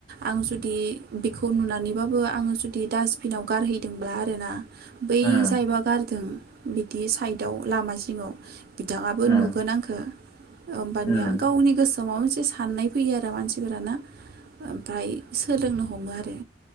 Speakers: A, on the right (about 50°); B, on the left (about 15°).
A: आं जुदि बेखौ नुनानैबाबो आङो जुदि डास्टबिनाव गारहैदोंब्ला आरोना। बै
B: उम
A: जायबा गारदों बिदि साइदाव लामा। सिङाव बिथाङाबो
B: उम
A: नुगोन आंखौ। हबानिया
B: उम
A: गावनि गोसोआव माबा मोनसे। एसे साननाय फैयो आरो मानसिफोराना। ओमफ्राय सोलोंनो ह हमो आरो।